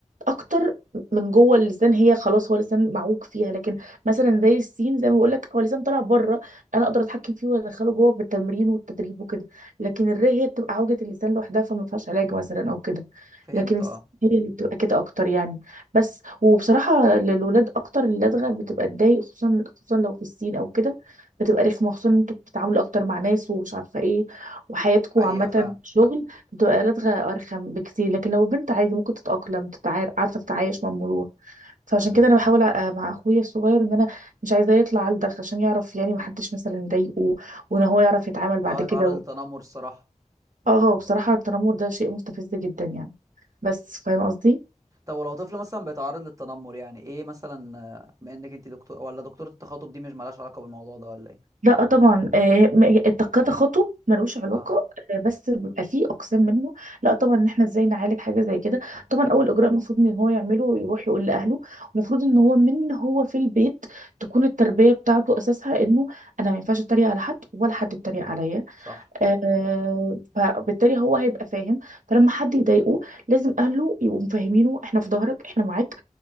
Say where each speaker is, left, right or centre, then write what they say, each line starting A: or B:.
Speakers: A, on the right; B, on the right.
A: اكتر من جوه اللسان هي خلاص هو لسان معوج فيها لكن مثلا زي السين زي ما بقول لك هو لسان طالع بره انا اقدر اتحكم فيه وادخله جوه بالتمرين والتدريب وكده لكن الر هي بتبقى عوجة اللسان لوحدها فما فيهاش علاج مثلا او كده
B: فهمت
A: لكن الس-
B: اه
A: هي اللي بتبقى كده اكتر يعني بس وبصراحة للولاد اكتر اللدغة بتبقى تضايق خصوصا خصوصا لو في السين او كده بتبقى رخمة خصوصا إن انتوا بتتعاملوا اكتر مع ناس ومش عارفة ايه وحياتكم
B: حقيقة
A: عامة
B: فعلا
A: شغل دقالات غ- أرخم بكتير لكن لو بنت عادي ممكن تتأقلم تتعار... عارفة تتعايش مع الموضوع فعشان كده أنا بحاول أ- آه، مع أخويا الصغير إن أنا مش عايزاه يطلع علدغ عشان يعرف يعني محدش مثلا يضايقه وإن هو يعرف يتعامل بعد
B: اه
A: كده
B: يتعرض
A: و...
B: للتنمر الصراحة
A: اه هو بصراحة التنمر ده شيء مستفز جدا يعني بس فاهم قصدي
B: طب ولو طفل مثلا بيتعرض للتنمر يعني ايه مثلا آه، بما انك انت دكتور ولا دكتورة التخاطب دي مش مالهاش علاقة بالموضوع ده ولا ايه
A: لا طبعا آه، م- التقاطع خطب ملوش علاقه
B: اه
A: آه، بس بيبقى فيه اقسام منه لا طبعا ان احنا ازاي نعالج حاجه زي كده طبعا اول اجراء المفروض ان هو يعمله يروح يقول لاهله المفروض ان هو من هو في البيت تكون التربيه بتاعته اساسها انه انا ما ينفعش اتريق على حد ولا حد يتريق عليا
B: صح
A: آه، فبالتالي هو هيبقى فاهم فلما حد يضايقه لازم اهله يبقوا مفهمينه احنا في ظهرك احنا معاك